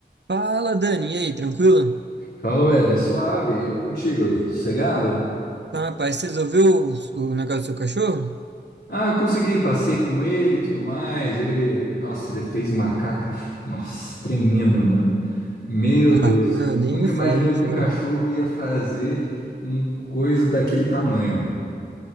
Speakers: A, on the right (about 75°); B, on the left (about 75°).
A: Fala, Dani, e aí, tranquilo?
B: Fala, Wesley, suave, e contigo, sossegado?
A: Tá, rapaz, você resolveu o, o negócio do seu cachorro?
B: Ah, eu consegui, passei com ele e tudo mais. Ele, nossa, ele fez uma caca, nossa, tremenda, mano. Meu
A: Ah,
B: Deus,
A: não, nem
B: nunca
A: me fale,
B: imaginei
A: nem me
B: que
A: fale.
B: um cachorro ia fazer um coisa daquele tamanho, mano.